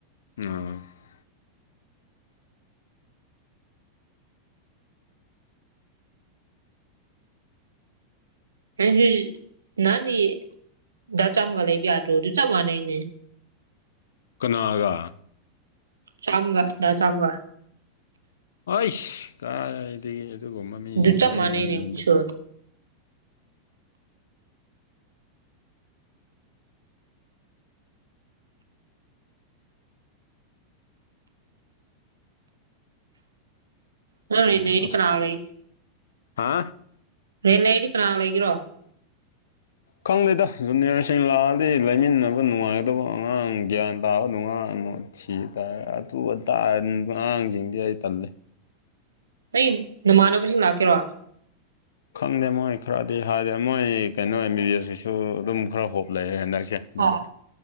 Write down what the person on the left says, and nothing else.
<unintelligible>
ꯀꯅꯥꯒꯥ
ꯑꯥꯏꯁ ꯀꯥꯏꯗꯒꯤ ꯑꯗꯨꯒꯨꯝꯕ ꯃꯤꯁꯤꯡꯒ
ꯑꯩ
ꯂꯩꯃꯤꯟꯅꯗꯦ
ꯑꯁ
ꯍꯥ
ꯈꯪꯗꯦꯗ ꯖꯨꯅꯤꯌꯔꯁꯤꯡ ꯂꯥꯛꯑꯗꯤ ꯂꯩꯃꯤꯟꯅꯕ ꯅꯨꯡꯉꯥꯏꯗꯧꯕ ꯑꯉꯥꯡ ꯒ꯭ꯌꯥꯟ ꯇꯥꯕ ꯅꯨꯡꯉꯥꯟꯅꯣ ꯊꯤ ꯇꯥꯔꯦ ꯑꯗꯨ ꯑꯗꯥ <unintelligible> ꯑꯉꯥꯡꯁꯤꯡꯗꯤ ꯑꯩ ꯇꯜꯂꯦ
ꯈꯪꯗꯦ ꯃꯣꯏ ꯈꯔꯗꯤ ꯍꯥꯏꯔꯦ ꯃꯣꯏ ꯀꯩꯅꯣ ꯑꯦꯝ ꯕꯤ ꯕꯤ ꯑꯦꯁꯀꯤꯁꯨ ꯑꯗꯨꯝ ꯈꯔ ꯍꯣꯞ ꯂꯛꯑꯦ ꯍꯟꯗꯛꯁꯦ ꯑꯗꯨꯒ